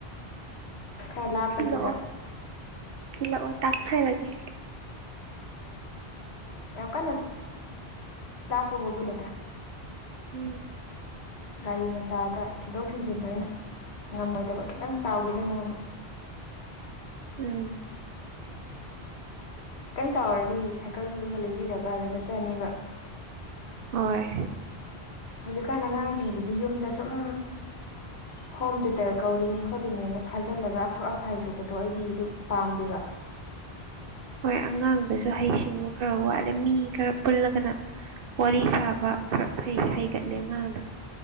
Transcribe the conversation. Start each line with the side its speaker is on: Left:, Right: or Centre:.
Left: ꯈꯔ ꯂꯥꯞꯄꯁꯤꯗ
Right: ꯊꯤꯂꯛ ꯑꯣ ꯊꯤꯂꯛ ꯑꯣ ꯇꯥꯛ ꯊꯔꯒꯦ
Left: ꯌꯥꯝ ꯀꯥꯟꯅ ꯂꯥꯄꯒꯕꯨꯅꯦꯗ
Right: ꯎꯝ
Left: ꯒꯥꯔꯤ ꯃꯆꯥꯗ ꯊꯤꯟꯗꯣꯛ ꯊꯤꯟꯖꯤꯟꯗ‌ꯣ ꯑꯩꯅ ꯉꯝꯃꯣꯏꯗꯕ ꯈꯤꯇꯪ ꯆꯥꯎꯈꯤꯁꯅꯨꯅ
Right: ꯎꯝ
Left: ꯈꯤꯇꯪ ꯆꯥꯎꯔꯗꯤ ꯁꯥꯏꯀꯜ ꯑꯃ ꯂꯩꯕꯤꯔꯒꯗ ꯆꯠꯆꯅꯦꯕ
Right: ꯍꯣꯏ
Left: ꯍꯧꯖꯤꯛꯀꯥꯟ ꯑꯉꯥꯡꯁꯤꯡꯁꯤꯗꯤ ꯌꯨꯝꯗ ꯁꯨꯝ ꯍꯣꯝ ꯇ꯭ꯌꯨꯇꯔ ꯀꯧꯔꯤꯅꯤ ꯈꯣꯠꯂꯤꯅꯦꯅ ꯐꯥꯖꯤꯜꯂꯒ ꯑꯐꯛ ꯑꯐꯥꯏ ꯁꯨꯕꯗꯣ ꯑꯩꯗꯤ ꯑꯗꯨ ꯄꯥꯝꯗꯦꯕ
Right: ꯍꯣꯏ ꯑꯉꯥꯡꯗꯁꯨ ꯍꯩꯁꯤꯡꯕ ꯈꯔ
Left: ꯎꯝ
Right: ꯋꯥꯠꯂꯦ ꯃꯤ ꯈꯔ ꯄꯨꯜꯂꯒꯅ ꯋꯥꯔꯤ ꯁꯥꯕ ꯈꯔ ꯍꯩꯒꯠꯂꯦ ꯑꯉꯥꯡꯗ